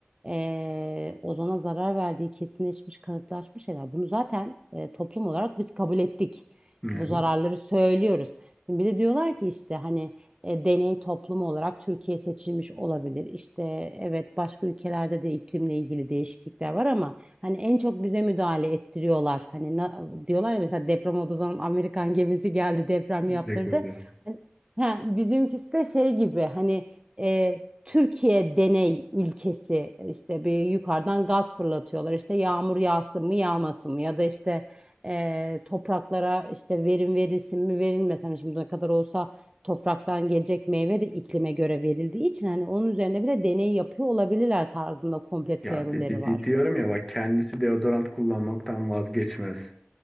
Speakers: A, on the right (about 25°); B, in the centre.
A: eee, ozona zarar verdiği kesinleşmiş kanıtlaşmış şeyler. Bunu zaten e, toplum olarak biz kabul ettik.
B: evet,
A: Bu zararları söylüyoruz. Şimdi bir de diyorlar ki işte hani e, deney toplumu olarak Türkiye seçilmiş olabilir. İşte evet başka ülkelerde de iklimle ilgili değişiklikler var ama Hani en çok bize müdahale ettiriyorlar. Hani na- diyorlar ya mesela deprem olduğu zaman Amerikan gemisi geldi deprem yaptırdı.
B: rekordu.
A: Hani, ha, bizimkisi de şey gibi hani e, Türkiye deney ülkesi e, işte bir yukarıdan gaz fırlatıyorlar. İşte yağmur yağsın mı yağmasın mı ya da işte e, topraklara işte verim verilsin mi verilmesin mi şimdi ne kadar olsa topraktan gelecek meyve de iklime göre verildiği için hani onun üzerine bile deney yapıyor olabilirler tarzında komple
B: Ya
A: teorileri
B: de, de-
A: var.
B: de- diyorum ya bak kendisi deodorant kullanmaktan vazgeçmez.